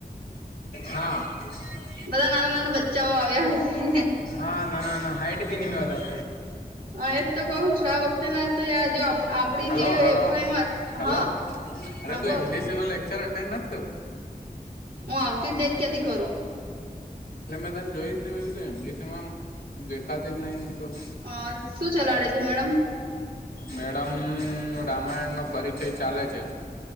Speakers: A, on the left; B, on the right.
A: હા. <unintelligible>
B: બધા નાના-નાના બચ્ચાઓ આવ્યા હશે.
A: હા, ના ના, ના હાઈટ ભી નિમે વધાર.
B: હા એજ તો કઉ છું આ વખતે ના તો યાર જો આપડી
A: હાલો,
B: જે
A: હાલો,
B: એફઆઈમાં
A: હાલો.
B: હા
A: અરે
B: હા
A: તું
B: બોલ
A: એમડીસી નો લેક્ચર અટેન્ડ નથી કરતી.
B: હું આવતી જ નહી જ ક્યાથી કરું.
A: એટલે મેં તને જોઈ જ નહી, મે કીધું એમડી સમાં દેખાતી જ નહી મતલબ.
B: અ શું ચલાવડે છે મેડમ?
A: મેડમ રામાયણ નો પરિચય ચાલે છે.